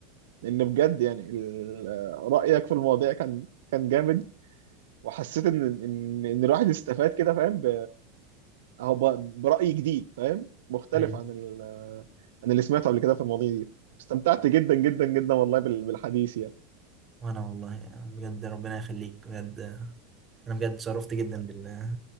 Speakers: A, on the right; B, on the right.
A: ان بجد يعني ال... رايك في المواضيع كان كان جامد وحسيت ان ان ان الواحد استفاد كده فاهم ب... اهو ب... براي جديد فاهم مختلف
B: أيوه
A: عن ال... عن اللي سمعته قبل كده في المواضيع دي استمتعت جدا جدا جدا والله بال... بالحديث يعني
B: وأنا والله يعني بجد ربنا يخليك بجد انا بجد شرفت جدا بال